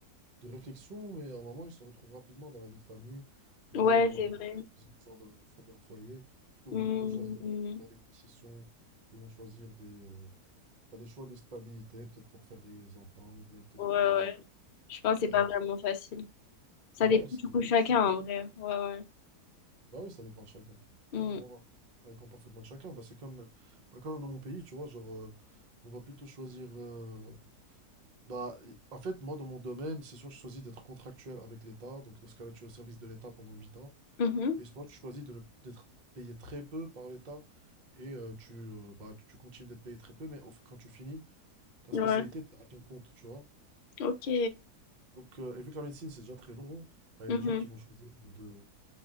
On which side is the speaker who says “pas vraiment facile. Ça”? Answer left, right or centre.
Left